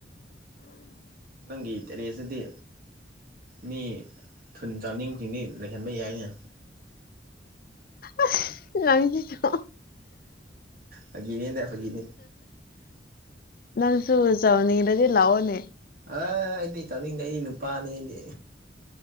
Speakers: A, on the right (about 55°); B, on the left (about 55°).
A: ꯅꯪꯒꯤ ꯏꯟꯇ꯭ꯔꯔꯦꯁꯇꯗꯤ ꯃꯤ ꯊꯨꯟ ꯆꯥꯎꯅꯤꯡꯕꯁꯤꯡꯗꯤ ꯂꯩꯍꯟꯕ ꯌꯥꯏꯅ
B: ꯑꯁ ꯅꯪꯁꯤꯁꯨ
A: ꯐꯥꯒꯤꯅꯦꯗ ꯐꯥꯒꯤꯅꯦ
B: ꯅꯪꯁꯨ ꯆꯥꯎꯍꯟꯅꯤꯡꯔꯗꯤ ꯂꯥꯛꯑꯣꯅꯦ
A: ꯑ ꯑꯩꯗꯤ ꯇꯧꯅꯤꯡꯗꯦ ꯑꯩꯗꯤ ꯅꯨꯄꯥꯅꯤ ꯑꯩꯗꯤ